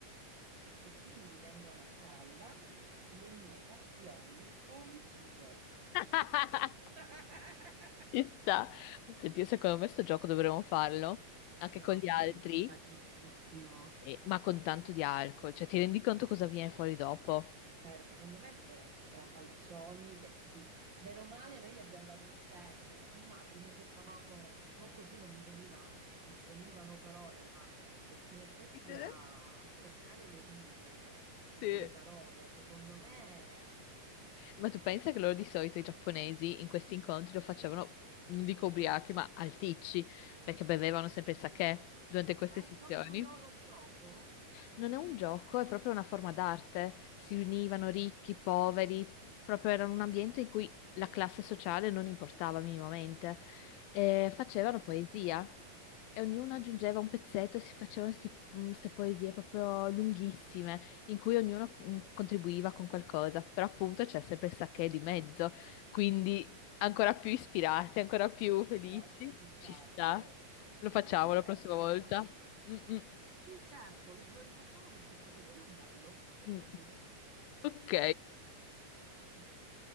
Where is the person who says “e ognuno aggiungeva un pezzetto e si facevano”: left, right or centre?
Left